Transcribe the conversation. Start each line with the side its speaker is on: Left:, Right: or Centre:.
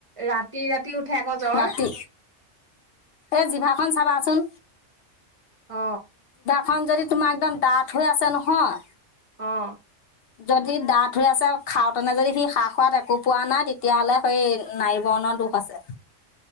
Right: ৰাতি ৰাতি উঠে আকৌ জ্বৰ
Left: ৰাতি এই জিভাখন চাবাচোন
Right: অ
Left: খন যদি তোমাক একদম ডাঠ হৈ আছে নহয়
Right: আহ
Left: যদি দা ধু আছে খাওঁতেনে যদি সি খা খোৱাত একো পোৱা নাই তেতিয়াাহলে সেই নাৰী বৰ্ণৰ দুখ আছে